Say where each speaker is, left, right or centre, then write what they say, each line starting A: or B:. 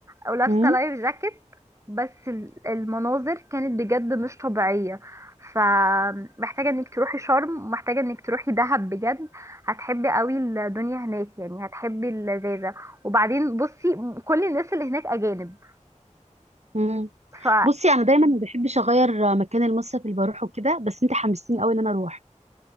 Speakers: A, on the right; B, on the right.
A: او لابسه
B: مم.
A: لايف جاكيت بس ال- المناظر كانت بجد مش طبيعيه فمحتاجه انك تروحي شرم ومحتاجه انك تروحي دهب بجد هتحبي قوي الدنيا هناك يعني هتحبي اللذاذه وبعدين بصي م- كل الناس اللي هناك اجانب
B: مم.
A: ف
B: بصي أنا دايما ما بحبش أغير مكان المصيف اللي بروحه كده بس أنت حمستيني قوي إن أنا أروح